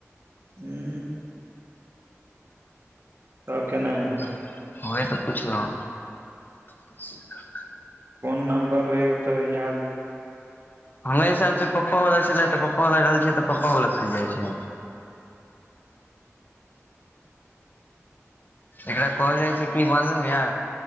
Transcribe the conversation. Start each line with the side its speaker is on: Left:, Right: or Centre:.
Right: उ तब केना हेतै
Left: <unintelligible> ओहि तऽ पुछलौ <inaudible>
Right: कोन नम्बर रहै ओ तऽ याद
Left: हमरा हिसाबसँ पप्पा वला छलै तऽ पप्पा वला ल रहल छै तऽ पप्पा वला खुल जाइ छै एकरा कहल जाइ छै की मालुम यए